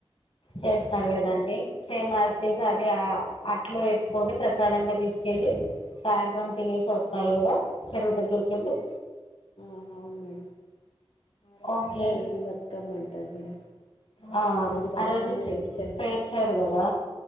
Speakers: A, on the left; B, on the left.
A: చేస్తారు కదాండి సేమ్ యాజ్ ఇట్ ఈజ్అది అట్లు వేసుకొని ప్రసాదంగా తీసుకెళ్ళి సాయంత్రం తినేసి వస్తారు కదా చెరువు దగ్గరికి వెళ్ళి
B: ఆ అవును మేడం ఆరో
A: ఓకే
B: రోజు అలిగిన బతుకమ్మ అంటారు మేడం
A: ఆ
B: ఆరోజు బతుకమ్ను
A: ఆ రోజు చి
B: పేర్చారు
A: పేర్చారు కదా